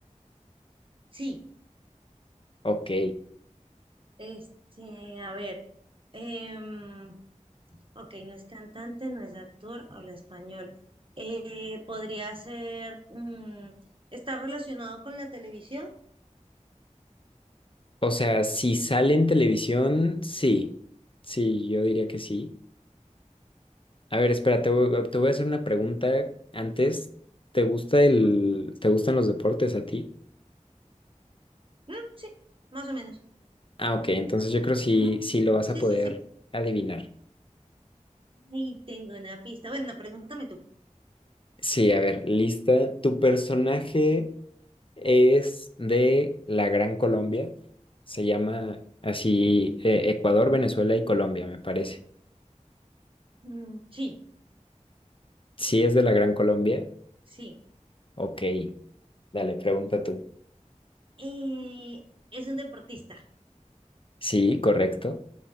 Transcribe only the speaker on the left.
Ok.
O sea, si sale en televisión, sí. Sí, yo diría que sí. A ver, espera, te voy, te voy a hacer una pregunta antes. ¿Te gusta el,
te gustan los deportes a ti?
Ah, ok, entonces yo creo que sí,
sí lo vas
a poder
adivinar.
Sí, a ver, lista. ¿Tu personaje Es de la Gran Colombia. Se llama así eh, Ecuador, Venezuela y Colombia, me parece.
Si es de la Gran Colombia,
ok, dale, pregunta tú.
Sí, correcto.